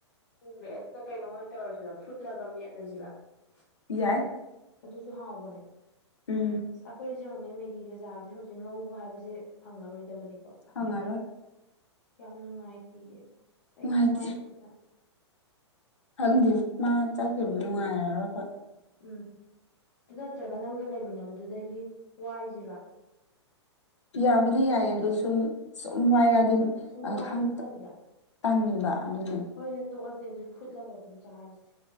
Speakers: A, on the left; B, on the left.
A: ꯄꯨꯒ꯭ꯔꯦ ꯑꯗꯨꯗꯤ ꯀꯩꯅꯣ ꯑꯣꯏꯅ ꯇꯧꯔꯁꯤꯔ‌ꯣ ꯐꯨꯠꯂꯒ ꯃꯦꯠꯂꯁꯤꯔ‌ꯣ
B: ꯌꯥꯏ
A: ꯑꯗꯨꯁꯨ ꯍꯥꯎꯕꯅꯦ
B: ꯎꯝ
A: ꯑꯩꯈꯣꯏ ꯁꯤ ꯅꯦꯡꯉꯨꯅꯦ ꯃꯦꯒꯤꯒ ꯆꯥꯕꯁꯦ ꯍꯧꯖꯤꯛ ꯉꯧꯕ ꯍꯥꯏꯕꯁꯦ ꯐꯪꯉꯔꯣꯏꯗꯕꯅꯤꯀꯣ
B: ꯐꯪꯉꯔꯣꯏ
A: ꯌꯥꯝ ꯅꯨꯡꯉꯥꯏꯇꯤꯌꯦ ꯑꯩ
B: ꯅꯨꯡꯉꯥꯏꯇꯦ
A: ꯊꯋꯥꯏꯁꯦ ꯈꯤꯇꯪ
B: ꯈꯪꯗꯦ ꯃꯥ ꯆꯠꯈꯤꯕꯗꯨ ꯅꯨꯡꯉꯥꯏꯔꯔꯣꯏ ꯑꯩꯈꫭꯏ
A: ꯎꯝ ꯑꯗꯨ ꯅꯠꯇ꯭ꯔꯒ ꯅꯪꯒ ꯂꯩꯃꯤꯟꯅꯕꯗꯨꯗꯒꯤ ꯋꯥꯏꯖꯤꯔ‌ꯣ
B: ꯌꯥꯕꯨꯗꯤ ꯌꯥꯏꯌꯦ ꯑꯗꯨ ꯁꯨꯝ ꯁꯨꯝ ꯋꯥꯏꯔꯛꯑꯗꯤ
A: ꯁꯨꯝ
B: ꯑ
A: ꯋꯥꯏꯕꯁꯨ
B: ꯈꯪꯇ
A: ꯇꯟꯕ꯭ꯔꯥ
B: ꯇꯟꯅꯤꯡꯕ ꯑꯗꯨꯅꯦ
A: ꯍꯣꯏꯗ ꯇꯣꯛꯑꯁꯦ ꯑꯗꯨ ꯐꯨꯠꯂꯒ ꯑꯗꯨꯝ ꯆꯥꯔꯁꯦ